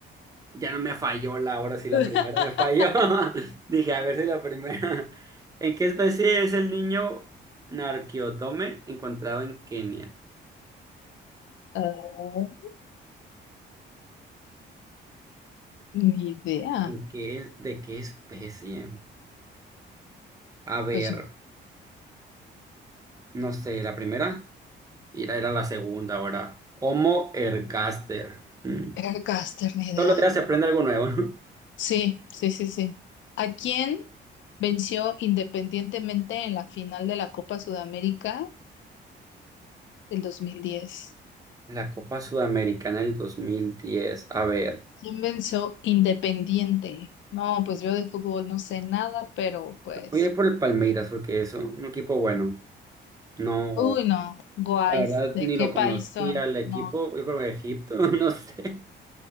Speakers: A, on the right (about 15°); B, on the left (about 70°).
A: Ya no me falló la Ahora sí, la
B: <laughs>
A: primera me falló. <laughs> Dije, a ver si la primera. <laughs> ¿En qué especie es el niño Narquiotome encontrado en Kenia?
B: Ah, ni idea.
A: ¿En qué, de qué especie? A ver,
B: Pues
A: no sé, la primera era, era la segunda ahora. Homo ergaster. Mm.
B: Aircaster, ni
A: Todos
B: idea.
A: los días se aprende algo nuevo, ¿no?
B: Sí, sí, sí, sí. ¿A quién venció independientemente en la final de la Copa Sudamérica del dos mil diez.
A: <laughs> La Copa Sudamericana del 2010. A ver,
B: ¿Quién venció Independiente? No, pues yo de fútbol no sé nada, pero pues,
A: voy a ir por el Palmeiras porque es un equipo bueno. No,
B: uy, no, guays,
A: la verdad
B: ¿de
A: ni
B: qué
A: lo conocía
B: país son?
A: el equipo.
B: No,
A: Yo creo que Egipto, <laughs> no sé.